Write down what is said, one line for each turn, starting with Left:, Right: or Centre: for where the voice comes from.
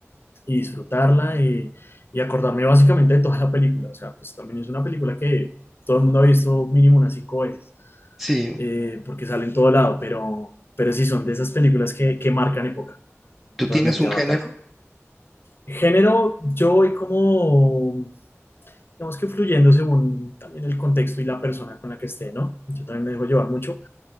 Left: y disfrutarla y, y acordarme básicamente de toda la película. O sea, pues también es una película que todo el mundo ha visto mínimo unas cinco veces,
Centre: Sí,
Left: eh, porque sale en todo lado, pero, pero sí son de esas películas que, que marcan época,
Centre: ¿tú
Left: realmente
Centre: tienes un
Left: Avatar.
Centre: género?
Left: Género, yo voy como, digamos que fluyendo según también el contexto y la persona con la que esté, ¿no? Yo también me dejo llevar mucho,